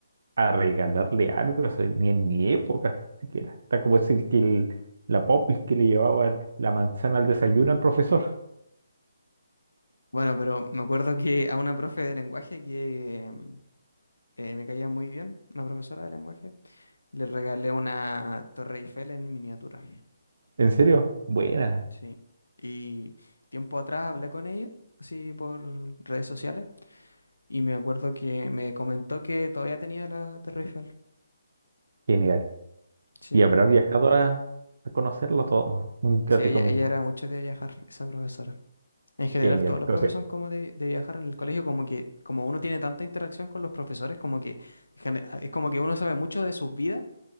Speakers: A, on the right; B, on the left.
A: a regalarle algo, o sea, ni en mi época siquiera. Está como ese que el- la popis que le llevaba la manzana al desayuno al profesor.
B: Bueno, pero me acuerdo que a una profe de lenguaje que, eh, me caía muy bien, una profesora de lenguaje. Le regalé una Torre Eiffel en miniatura.
A: ¿En serio? Buena,
B: Sí. Y tiempo atrás hablé con ella, así por redes sociales, y me acuerdo que me comentó que todavía tenía la Torre Eiffel.
A: genial.
B: Sí.
A: Y habrá viajado a, a conocerlo todo. Nunca
B: Sí,
A: te
B: ella,
A: comentó.
B: ella era mucho de viajar, esa profesora. En general,
A: Genial.
B: todos los
A: Entonces,
B: profesores son como de, de viajar en el colegio, como que como uno tiene tanta interacción con los profesores, como que gene- ah, es como que uno sabe mucho de sus vidas,